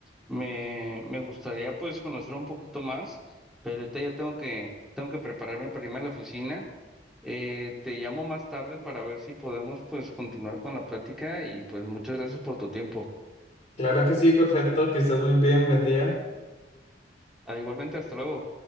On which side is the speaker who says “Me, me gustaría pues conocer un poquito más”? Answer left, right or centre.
Centre